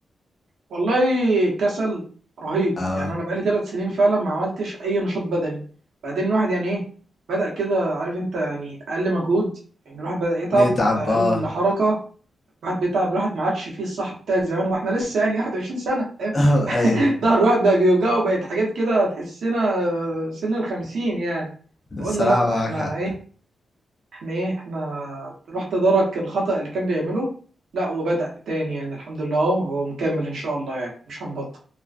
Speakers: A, on the right; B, on the left.
A: والله كسل رهيب
B: اه
A: يعني انا بقالي ثلاث سنين فعلا ما عملتش اي نشاط بدني بعدين الواحد يعني ايه بدأ كده عارف انت يعني اقل مجهود يعني الواحد بدأ يتعب
B: يتعب
A: اقل
B: اه
A: حركة الواحد بيتعب الواحد ما عادش فيه الصح بتاع زمان واحنا لسه يعني 21 سنة
B: اه
A: <laughs>
B: ايوه
A: ظهر الواحد بقى بيوجعه بقت حاجات كده تحسنا سن الخمسين يعني
B: الصراحة
A: فقلنا لا
B: معاك
A: احنا
B: حق
A: ايه احنا ايه احنا راح تدارك الخطأ اللي كان بيعمله لا وبدأ تاني يعني الحمد لله هو مكمل ان شاء الله يعني مش هنبطل